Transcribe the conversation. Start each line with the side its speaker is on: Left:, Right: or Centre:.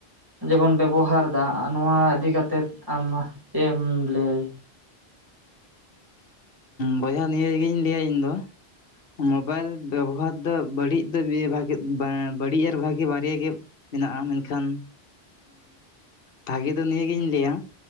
Right: ᱡᱮᱵᱚᱱ ᱵᱮᱵᱚᱦᱟᱨ ᱮᱫᱟ ᱱᱚᱣᱟ ᱤᱫᱤ ᱠᱟᱛᱮᱫ ᱟᱢ ᱪᱮᱫ ᱮᱢ ᱞᱟᱹᱭ?
Left: ᱵᱚᱭᱦᱟ ᱱᱤᱭᱟᱹᱜᱤᱧ ᱞᱟᱹᱭᱟ ᱤᱧ ᱫᱚ, ᱢᱳᱵᱟᱭᱤᱞ ᱵᱮᱵᱚᱦᱟᱨ ᱫᱚ ᱵᱟᱹᱲᱤᱡ ᱫᱚ ᱡᱮ ᱵᱷᱟᱜᱮ ᱵᱟᱹᱲᱤᱡ ᱟᱨ ᱵᱷᱟᱜᱮ ᱵᱟᱨᱭᱟ ᱜᱮ ᱢᱮᱱᱟᱜᱼᱟ ᱢᱮᱱᱠᱷᱟᱱ ᱵᱷᱟᱹᱜᱮ ᱫᱚ ᱱᱤᱭᱟᱹᱜᱤᱧ ᱞᱟᱹᱭᱟ,